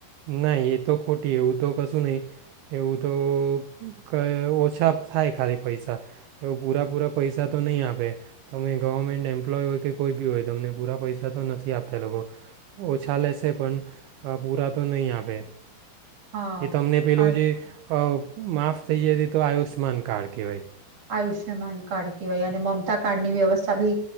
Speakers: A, on the right; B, on the right.
A: નાઈ એ તો ખોટી એવું તો કશું નહી, એવું તો કઈ ઓછા થાય ખાલી પૈસા એવું પૂરા પૂરા પૈસા તો નહીં આપે તમે ગવર્મેન્ટ એમ્પ્લોય હોય કે કોઈ બી હોય તમને પૂરા પૈસા તો નથી આપતા લોકો ઓછા લેશે પણ પૂરા તો નહીં આપે.
B: હા
A: એ તમને પેલું
B: આ
A: જે અ માફ થઈ જતી તો આયુષ્યમાન કાર્ડ કહેવાય.
B: આયુષ્યમાન કાર્ડ કવાય અને મમતા કાર્ડ ની વ્યવસ્થા બી